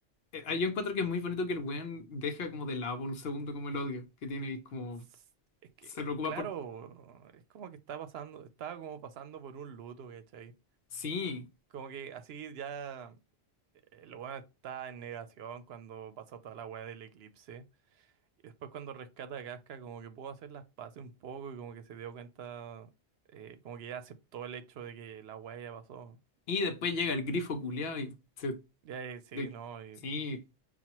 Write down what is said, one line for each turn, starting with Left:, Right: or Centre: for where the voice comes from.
Left: eh, ah, yo encuentro que es muy bonito que el weón deja como de lado por un segundo como el odio que tiene y como
Right: s- Es que,
Left: se preocupa
Right: claro,
Left: por...
Right: es como que está pasando, estaba como pasando por un luto, ¿cachai?
Left: Sí.
Right: Como que así ya eh, el weón está en negación cuando pasó toda la weá del eclipse. Y después cuando rescata a Casca, como que pudo hacer las paces un poco y como que se dio cuenta, eh, como que ya aceptó el hecho de que la weá ya pasó.
Left: Y después llega el grifo culiao y se...
Right: Ya eh, sí,
Left: de-
Right: no, y
Left: sí.